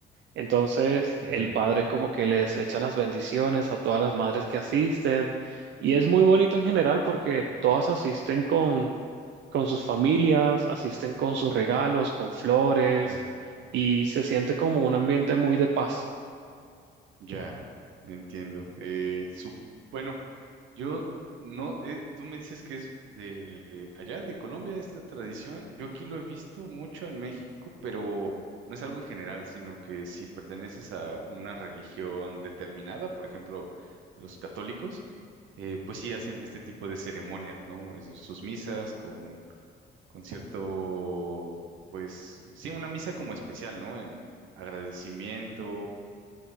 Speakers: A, on the right; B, on the right.
A: Entonces,
B: Ujú,
A: el padre como que les echa las bendiciones a todas las madres que asisten. Y es muy bonito en general porque todas asisten con, con sus familias, asisten con sus regalos, con flores,
B: sí,
A: y se siente como un ambiente muy de paz.
B: ya, entiendo. Eh, su- bueno. Yo no, eh, tú me dices que es de allá, de Colombia, esta tradición. Yo aquí lo he visto mucho en México, pero no es algo en general, sino que si perteneces a una religión determinada, por ejemplo, los católicos, eh, pues sí hacen este tipo de ceremonias, ¿no? Es- Sus misas con, con cierto, pues sí, una misa como especial, ¿no? En agradecimiento